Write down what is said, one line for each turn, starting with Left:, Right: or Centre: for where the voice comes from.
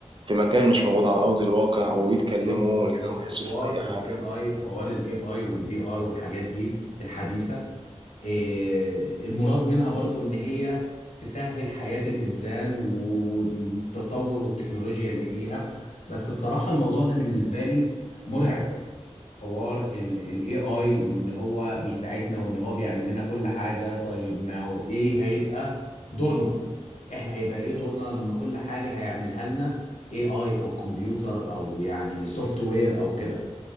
Right: في مكان مش موجود على أرض الواقع ويتكلموا
Left: بالظبط بالظبط
Right: من غير ما يصرفوا
Left: حوار
Right: أي
Left: الاي
Right: حاجة
Left: اي حوار الاي اي والفي ار والحاجات دي الحديثه إيه المراد منها برضو ان هي تسهل حياه الانسان و- والتطور والتكنولوجيا اللي فيها بس بصراحه الموضوع ده بالنسبه لي مرعب حوار الاي اي وان هو بيساعدنا وان هو بيعمل لنا كل حاجه طيب ما هو ايه هيبقى دورنا احنا هيبقى ايه دورنا لما كل حاجه هيعملها لنا اي اي او كمبيوتر او يعني سوفت وير او كده